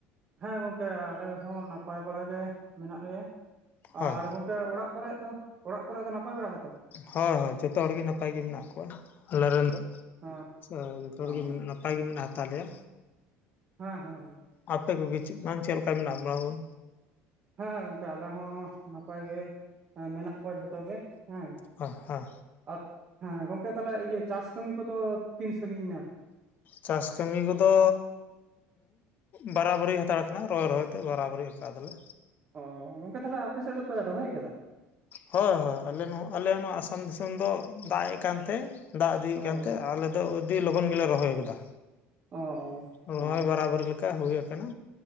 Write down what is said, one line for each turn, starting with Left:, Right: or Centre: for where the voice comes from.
Right: ᱦᱮᱸ ᱜᱚᱝᱠᱮ ᱟᱞᱮ ᱦᱚᱸ ᱱᱟᱯᱟᱭ ᱵᱟᱲᱟ ᱜᱮ ᱢᱮᱱᱟᱜ ᱞᱮᱭᱟ
Left: ᱦᱳᱭ
Right: ᱟᱨ ᱜᱚᱢᱠᱮ ᱜᱚᱠᱮ ᱚᱲᱟᱜ ᱠᱚᱨᱮ ᱫᱚ ᱚᱲᱟᱜ ᱠᱚᱨᱮ ᱫᱚ ᱱᱟᱯᱟᱭ ᱵᱟᱲᱟ ᱜᱮᱛᱚ
Left: ᱦᱳᱭ ᱦᱳᱭ ᱡᱚᱛᱚ ᱦᱚᱲᱜᱮ ᱱᱟᱯᱟᱭ ᱜᱮ ᱢᱮᱱᱟᱜ ᱠᱚᱣᱟ ᱟᱞᱮᱨᱮᱱ ᱫᱚ
Right: ᱦᱮᱸ
Left: <inaudible> ᱡᱚᱛᱚ ᱦᱚᱲᱜᱮ
Right: ᱚ
Left: ᱢᱮᱱᱟᱜ ᱱᱟᱯᱟᱭ ᱱᱟᱯᱟᱭ ᱜᱮ ᱢᱮᱱᱟᱜ ᱦᱟᱞᱮᱭᱟ
Right: ᱦᱮᱸ ᱦᱮᱸ ᱦᱮᱸ
Left: ᱟᱯᱮ ᱠᱚᱜᱮ ᱪᱮᱫ ᱵᱟᱝ ᱪᱮᱫ ᱞᱮᱠᱟ ᱢᱮᱱᱟᱜ ᱵᱚᱱᱟ ᱵᱚᱱ
Right: ᱦᱮᱸ ᱦᱮᱸ ᱜᱚᱝᱠᱮ ᱟᱞᱮ ᱦᱚᱸ ᱱᱟᱯᱟᱭ ᱜᱮ ᱦᱮᱸ ᱢᱮᱱᱟᱜ ᱠᱚᱣᱟ ᱡᱷᱚᱛᱚᱜᱮ ᱦᱮᱸ
Left: ᱦᱳᱭ ᱦᱳᱭ
Right: ᱟᱨ ᱦᱮᱸ ᱜᱚᱝᱠᱮ ᱛᱟᱦᱚᱞᱮ ᱤᱭᱟᱹ ᱪᱟᱥ ᱠᱟᱹᱢᱤ ᱠᱚᱫᱚ ᱛᱤᱱ ᱥᱟᱺᱜᱤᱧ ᱮᱱᱟ
Left: ᱪᱟᱥ ᱠᱟᱹᱢᱤ ᱠᱚᱫᱚ ᱵᱟᱨᱟᱵᱟᱹᱨᱤ ᱦᱟᱛᱟᱲ ᱟᱠᱟᱱᱟ ᱨᱚᱦᱚᱭ ᱨᱚᱦᱚᱭ ᱛᱮ ᱵᱟᱨᱟᱵᱟᱹᱨᱤ ᱟᱠᱟᱫᱟᱞᱮ
Right: ᱚ ᱜᱚᱝᱠᱮ ᱛᱟᱦᱚᱞᱮ ᱟᱯᱮ ᱥᱮᱫ ᱫᱚᱯᱮ ᱨᱚᱦᱚᱭ ᱠᱟᱫᱟ
Left: ᱦᱳᱭ ᱦᱳᱭ ᱟᱞᱮ ᱱᱚᱣᱟ ᱟᱞᱮ ᱱᱚᱣᱟ ᱟᱥᱟᱢ ᱫᱤᱥᱚᱢ ᱫᱚ ᱫᱟᱜ ᱮᱜ ᱠᱟᱱᱛᱮ ᱫᱟᱜ ᱤᱫᱤᱭᱮᱫ
Right: ᱚ
Left: ᱠᱟᱱᱛᱮ ᱟᱞᱮ ᱫᱚ ᱟᱹᱫᱤ ᱞᱚᱜᱚᱱ ᱜᱮᱞᱮ ᱨᱚᱦᱚᱭ ᱜᱚᱫᱟ
Right: ᱚ ᱚ
Left: ᱨᱚᱦᱚᱭ
Right: ᱚ
Left: ᱵᱟᱨᱟᱵᱟᱹᱨᱤ ᱞᱮᱠᱟ ᱦᱩᱭ ᱠᱟᱱᱟ